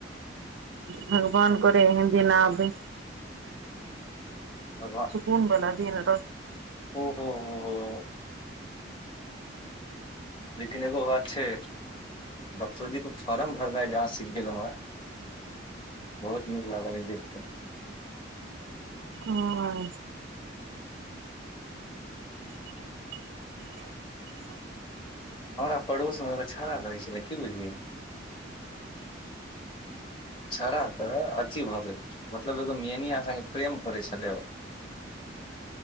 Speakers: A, on the right (about 75°); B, on the left (about 25°).
A: भगवान करे एहन दिन आबै
B: भगवान
A: कोन बला दिन
B: ओहो हो हो लेकिन एगो बात छै डॉक्टर जी के फॉर्म भरनाय अहाा सीख गेलों हें बहुत नीक लागल जे देख केे
A: हॅं <unintelligible>
B: हमरा पड़ोस मे एगो छोड़ा रहै छलै की बुझलियै छौड़ा तऽ अथी भऽ गेलै मतलब एगो मियनिया सॅं प्रेम करै छलै ओ